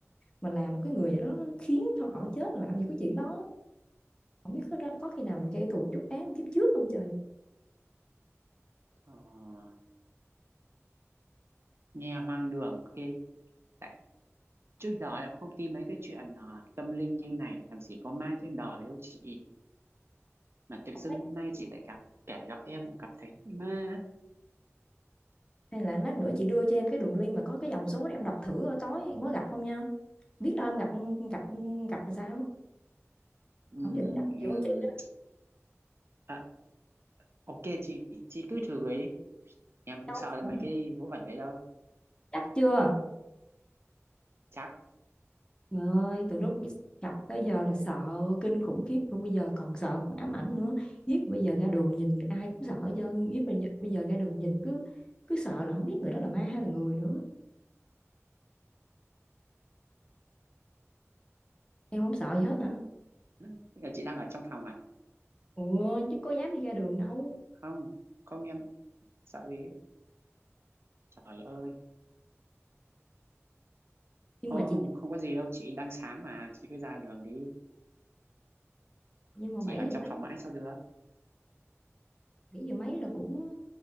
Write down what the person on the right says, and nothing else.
ờ, nghe hoang đường ghê tại trước giờ em không tin mấy cái chuyện ờ, tâm linh như này làm gì có ma trên đời đâu chị mà tự
dưng
hôm nay chị lại gặp kể gặp em lại gặp thấy ma
ừm,
ừm,
à, ok chị chị cứ thử ấy em không
sợ
mấy
cái vớ vẩn đấy đâu
chắc
Thế Là chị đang ở trong phòng à
không không em sợ gì ấy. trời ơi
thôi
không không có gì đâu chị đang sáng mà chị cứ ra đường đi
chị
ở
trong
phòng mãi sao được